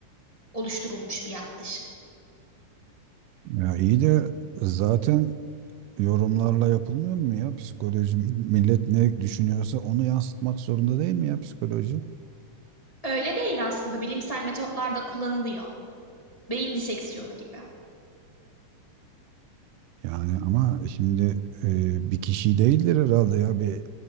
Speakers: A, on the left; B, on the right.
A: oluşturulmuş bir yaklaşım.
B: Ya iyi de zaten yorumlarla yapılmıyor mu ya psikoloji? Millet ne düşünüyorsa onu yansıtmak zorunda değil mi ya psikoloji?
A: Öyle değil aslında bilimsel metotlarda kullanılıyor. Beyin diseksiyonu gibi.
B: Yani ama şimdi e, bir kişi değildir herhalde ya bir